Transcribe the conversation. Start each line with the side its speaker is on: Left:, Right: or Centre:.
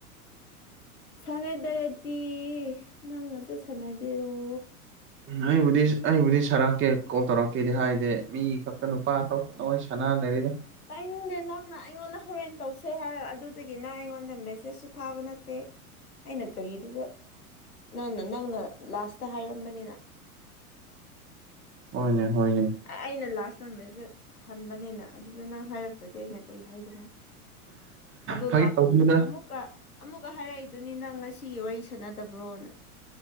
Left: ꯁꯥꯟꯅꯗ꯭ꯔꯗꯤ ꯅꯪ ꯉꯛꯇ ꯁꯥꯟꯅꯒꯦꯔꯣ
Right: ꯎꯝ ꯑꯩꯕꯨꯗꯤ ꯑꯩꯕꯨꯗꯤ ꯁꯥꯔꯛꯀꯦ ꯒꯣꯜ ꯇꯧꯔꯛꯀꯦꯗꯤ ꯍꯥꯏꯗꯦ ꯃꯤ ꯈꯛꯇ ꯅꯨꯄꯥ ꯑꯇꯣꯞꯄꯒ ꯁꯥꯟꯅ ꯂꯩꯔꯦꯗ
Left: ꯇꯤꯅꯤꯡꯗꯦ ꯅꯪꯅ ꯑꯩꯉꯣꯟꯗ ꯍꯣꯔꯦꯟ ꯇꯧꯁꯦ ꯍꯥꯏꯔ ꯑꯗꯨꯗꯒꯤ ꯅꯪ ꯑꯩꯉꯣꯟꯗ ꯃꯦꯁꯦꯁꯁꯨ ꯊꯥꯕ ꯅꯠꯇꯦ ꯑꯩꯅ ꯒꯥꯔꯤꯗꯨꯁꯨ ꯅꯪꯅ ꯅꯪꯅ ꯂꯥꯁꯇ ꯍꯥꯏꯔꯝꯕꯅꯤꯅ ꯍ
Right: ꯍꯣꯏꯅꯦ ꯍꯣꯏꯅꯦ
Left: ꯑꯩ ꯑꯩꯅ ꯂꯥꯁꯇ ꯃꯦꯁꯦ ꯍꯟꯕꯅꯤꯅ ꯑꯗꯨꯗ ꯅꯪ ꯍꯥꯏꯔꯛꯇꯗꯤ ꯑꯩꯅ ꯀꯔꯤ ꯍꯥꯏꯒꯔꯣ ꯑꯗꯨ
Right: ꯐꯥꯒꯤ
Left: ꯂꯥꯁ
Right: ꯇꯧꯕꯅꯤꯗ
Left: ꯑꯃꯨꯛ ꯀ ꯑꯃꯨꯛꯀ ꯍꯥꯏꯔꯛꯏꯗꯨꯅꯤ ꯅꯪ ꯉꯁꯤꯒꯤ ꯋꯥꯔꯤ ꯁꯥꯟꯅꯗꯕ꯭ꯔꯣꯅ